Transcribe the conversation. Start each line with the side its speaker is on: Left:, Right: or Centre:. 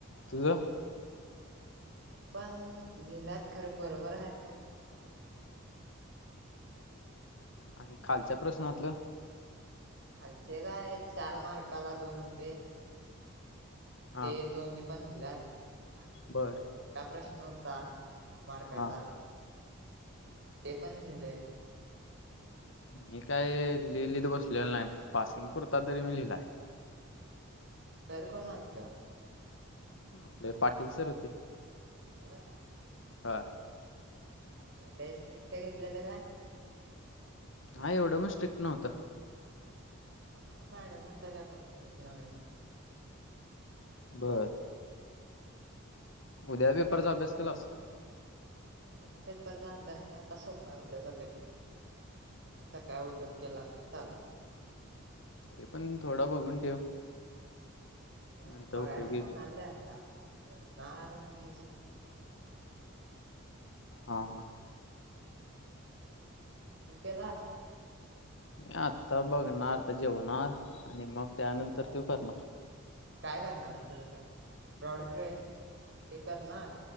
Left: तुझं?
Right: मी पण लिहिलात खरे बरोबर आहेत का नाही मला एवढे माहितणाय अजून
Left: आणि खालच्या प्रश्नातलं?
Right: खालचे काय चार मार्काला दोन होते
Left: हा
Right: ते दोन्ही लिहिल्यात आणि
Left: बर
Right: जो मोठा प्रश्न होत ता दहा मार्काचा
Left: हा
Right: ते पण दिलंय
Left: मी काय लिहिलीत, बसलेलं नाही पासिंग पुरता तरी मी लिहिलाय
Right: घर कोण आलत?
Left: आपले पाटील सर होते
Right: होय!
Left: हा
Right: मग लय स्ट्रिक्ट घेतलेलं काय?
Left: नाही एवढं पण स्ट्रिक्ट नव्हतं
Right: आम्हाला मॅडम होत्या त्या कोण तर एक नवीन
Left: बरं.
Right: हम्म
Left: उद्या पेपरचा अभ्यास केलास?
Right: उद्याचा पेपरचा अभ्यास काय आता सोप आहे उद्याचा पेपर, उद्या सकाळ उठून गेला तरी चालतय.
Left: तरी पण थोडं बघून ठेव
Right: हो
Left: नंतर
Right: बघायचं
Left: उपयोगी येतील
Right: म्हणाले आता जेवणार आणि जेवून तलाभ <unintelligible>
Left: हा हा
Right: तू केलास?
Left: मी आत्ता बघणार, तर जेवणार आणि मग त्यानंतर त्यो करणार
Right: काय करणार खरं पहला ब्रॉड क्वेशन ते करणार